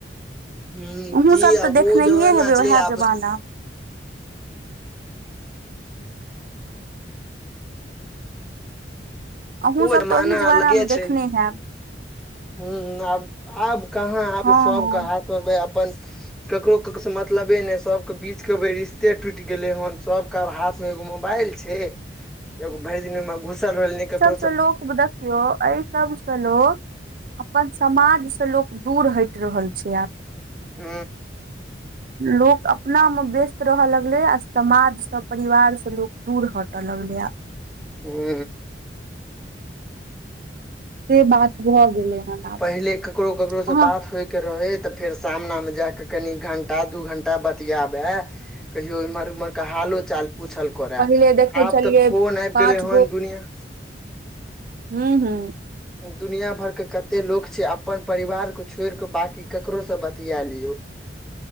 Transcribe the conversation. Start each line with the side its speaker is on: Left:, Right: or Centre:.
Centre: हूं
Right: हमहु
Centre: की
Right: सब
Centre: आब
Right: त देखनेहिये
Centre: ओ जमाना
Right: हेबैय
Centre: छलै
Right: उहे
Centre: आब
Right: जमाना अहूँ
Centre: ओ
Right: सब
Centre: जमाना
Right: तऽ ओहि
Centre: अलगे
Right: मे
Centre: छै
Right: देखने हैब
Centre: हु आब आब कहा आब
Right: हँ
Centre: सबके
Right: हँ
Centre: हाथमे बय अपन ककरो ककरो सऽ मतलबे नै सबके बीचके भऽ रिश्ते टुटि गेलैय हन सब सब के हाथ मे एगो मोबाइल छैय एगो भरि दिन घुसल रहल नै केकरो
Right: तऽ लोक देखियो अइ सबसँ लोक अपन समाज सँ लोक दुर हटि रहल छैय आब
Centre: हु
Right: लोक अपनामे व्यस्त रहय लगले आ समाज सँ परिवार से लोक दुर हटय लगले आब
Centre: हु
Right: से बात भऽ गेलेय हन आब
Centre: पहिले ककरो ककरो
Right: अहाँ
Centre: सँ बात होयके रहैय तऽ फेर सामनामे जा कऽ कनि घण्टा दू घण्टा बतिियाबय। कहियो इमहर उम्हर कऽ हालो चाल पूछल करड़
Right: पहिले देखै
Centre: आब
Right: छलियै
Centre: तऽ फोन आबि
Right: पाँच
Centre: गेले हन दुनििया।
Right: हु हु
Centre: दुनिया भर के कते लोक छैय अपन परिवार के छोड़ि कऽ बाकी ककरो सँ बतिया लियौ